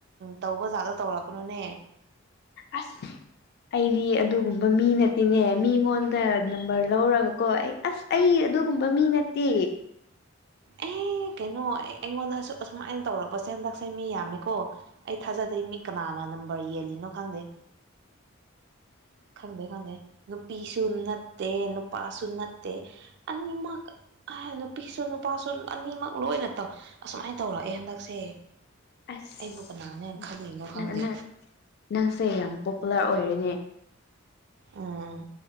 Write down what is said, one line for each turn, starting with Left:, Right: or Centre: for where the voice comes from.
Right: ꯇꯧꯕ ꯖꯥꯗꯣ ꯇꯧꯔꯛꯄ꯭ꯔꯣꯅꯦ
Left: ꯑꯁ ꯑꯩꯗꯤ ꯑꯗꯨꯒꯨꯝꯕ ꯃꯤ ꯅꯠꯇꯦꯅꯦ ꯃꯤꯉꯣꯟꯗ ꯅꯝꯕꯔ ꯂꯧꯔꯒꯀꯣ ꯑꯩ ꯑꯁ ꯑꯩ ꯑꯗꯨꯒꯨꯝꯕ ꯃꯤ ꯅꯠꯇꯦ
Right: ꯑꯦ ꯀꯩꯅꯣ ꯑꯦ ꯑꯩꯉꯣꯟꯗꯁꯨ ꯑꯁꯨꯃꯥꯏꯅ ꯇꯧꯔ ꯄꯣꯠꯁꯦ ꯍꯟꯗꯛꯁꯦ ꯃꯤ ꯌꯥꯝꯃꯦꯀꯣ ꯑꯩ ꯊꯥꯖꯗꯦ ꯃꯤ ꯀꯅꯥꯅ ꯅꯝꯕꯔ ꯌꯦꯜꯂꯤꯅꯣ ꯈꯪꯗꯦ ꯈꯪꯗ ꯈꯪꯦ ꯅꯨ ꯄꯤꯁꯅ ꯅꯨꯄꯥꯥꯁ ꯑꯅꯤ ꯃꯥ ꯑꯍ ꯅꯨ ꯄꯤꯁꯅ ꯂꯨꯄꯥ ꯁꯨ ꯑꯅꯤꯃꯛ ꯂꯣꯏꯅ ꯇꯧ ꯑꯁꯨꯃꯥꯏꯅ ꯇꯧꯔꯛꯑꯦ ꯍꯟꯗꯛꯁꯦ
Left: ꯑꯁ
Right: ꯑꯩꯕꯨ ꯀꯅꯥꯅ ꯈꯜꯂꯤꯅꯣ ꯈꯪꯗꯦ
Left: ꯅꯪ ꯅꯪ ꯅꯪꯁꯦ ꯌꯥꯝ ꯄꯣꯄꯨꯂꯔ ꯑꯣꯏꯔꯤꯅꯦ
Right: ꯎꯝ